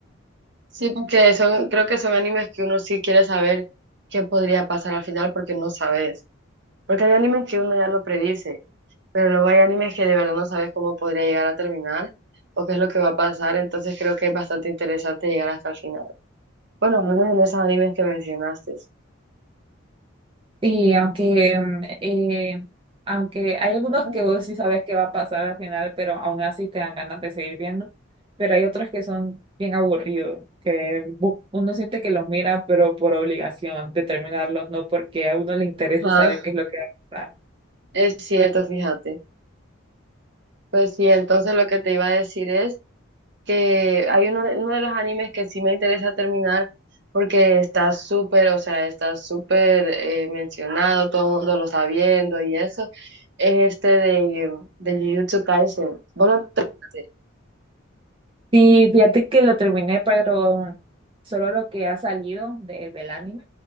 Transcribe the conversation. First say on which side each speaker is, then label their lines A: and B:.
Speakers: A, on the right; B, on the right.
A: sí, porque son, creo que son animes que uno sí quiere saber qué podría pasar al final porque no sabes. Porque hay animes que uno ya lo predice, pero luego hay animes que de verdad no sabes cómo podría llegar a terminar o qué es lo que va a pasar, entonces creo que es bastante interesante llegar hasta el final. Bueno, al menos en esos animes que mencionaste.
B: Sí, aunque, mm, eh, aunque hay algunos
A: Ajá,
B: que vos sí sabes qué va a pasar al final, pero aún así te dan ganas de seguir viendo. Pero hay otros que son bien aburridos, que bu- uno siente que los mira, pero por obligación de terminarlos, no porque a uno le interese
A: Ajá,
B: saber qué es lo que va a pasar.
A: es cierto, fíjate. Pues sí, entonces lo que te iba a decir es que hay uno, uno de los animes que sí me interesa terminar porque está súper, o sea, está súper eh, mencionado, todo el mundo lo está viendo y eso, es este de, de Jujutsu Kaisen. Vos lo terminaste.
B: Sí, fíjate que lo terminé, pero solo lo que ha salido de- del anime,